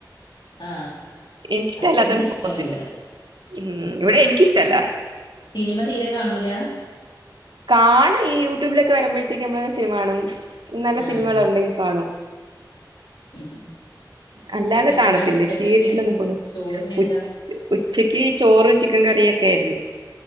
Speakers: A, on the left (about 70°); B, on the right (about 80°).
A: ആ
B: എനിക്ക് ഇഷ്ട്ടെല്ലാത്തോണ്ട്
A: ഹസ്ബൻഡിന് ഇഷ്ടമല്ല
B: പോവത്തില്ല
A: ഇവിടെ
B: ഉം ഇവിടെ എനിക്കിഷ്ടല്ല
A: സി- സിനിമ തീരെ കാണൂല
B: കാണും ഈ യൂട്യൂബിലൊക്കെ വരുമ്പോഴത്തേയ്ക്കും നമ്മള് സിനിമ കാണും നല്ല സിനിമകളുണ്ടെങ്കിൽ
A: അങ്ങനെ
B: കാണും
A: ഉം
B: അല്ലാതെ
A: ഇന്നെന്താ
B: കാണത്തില്ലേ
A: ഉച്ചക്കത്തെ
B: തിയേറ്ററിലിള്ളപ്പോള്
A: ചോറിന് എന്താ
B: ഉച്ച് ഉച്ചയ്ക്ക് ചോറും ചിക്കൻ കറ്യാെക്കെ ആയിരുന്ന്.